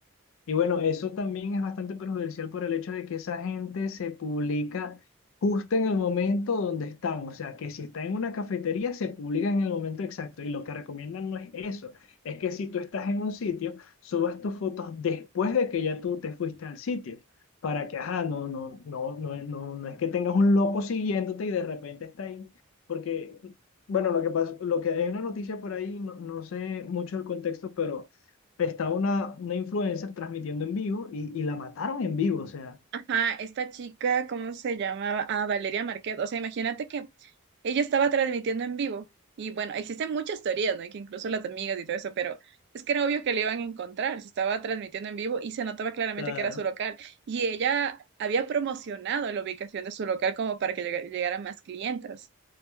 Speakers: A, on the left; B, on the right.
A: Y bueno, eso también es bastante perjudicial por el hecho de que esa gente se publica justo en el momento donde están. O sea, que si está en una cafetería, se publica en el momento exacto. Y lo que recomiendan no es eso. Es que si tú estás en un sitio, subas tus fotos después de que ya tú te fuiste al sitio. Para que, ajá, no, no, no, no, no, no es que tengas un loco siguiéndote y de repente está ahí. Porque, bueno, lo que pasa, lo que hay una noticia por ahí, no, no sé mucho el contexto, pero estaba una, una influencer transmitiendo en vivo y, y la mataron en vivo, o sea,
B: Ajá, esta chica, ¿cómo se llamaba? Ah, Valeria Marquez. O sea, imagínate que ella estaba transmitiendo en vivo. Y bueno, existen muchas teorías, ¿no? Y que incluso las amigas y todo eso, pero es que era obvio que le iban a encontrar. Se estaba transmitiendo en vivo y se notaba claramente
A: Claro,
B: que era su local. Y ella había promocionado la ubicación de su local como para que llega- llegaran más clientas.